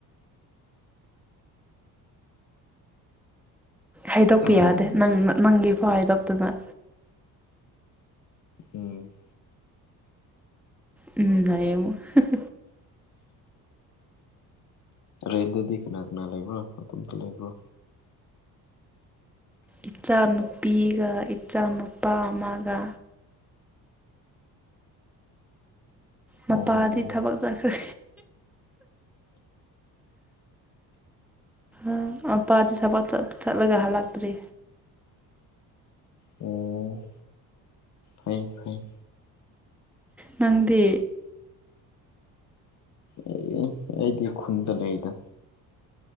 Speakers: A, in the centre; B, on the left.
A: ꯍꯥꯏꯗꯣꯛꯄꯤ
B: ꯎꯝ
A: ꯌꯥꯗꯦ ꯅꯪ ꯅꯪꯒꯤ ꯐꯥꯎ ꯍꯥꯏꯗꯣꯛꯇꯅ
B: ꯎꯝ
A: ꯎꯝ <unintelligible>
B: ꯔꯦꯟꯗꯗꯤ ꯀꯅꯥ ꯀꯅꯥ ꯂꯩꯕ꯭ꯔꯣ ꯃꯇꯣꯝꯇ ꯂꯩꯕ꯭ꯔꯣ
A: ꯏꯆꯥꯅꯨꯄꯤꯒ ꯏꯆꯥ ꯅꯨꯨꯄꯥ ꯑꯃꯒ ꯃꯄꯥꯗꯤ
B: ꯑꯣ
A: ꯊꯕꯛ ꯆꯠꯈ꯭ꯔꯦ ꯎ ꯃꯄꯥꯗꯤ ꯊꯕꯛ ꯆꯠ ꯆꯠꯂꯒ ꯍꯜꯂꯛꯇ꯭ꯔꯤ
B: ꯑꯣ ꯐꯩ ꯐꯩ
A: ꯅꯪꯗꯤ
B: ꯑꯩ ꯑꯩꯗꯤ ꯈꯨꯟꯗ ꯂꯩꯗ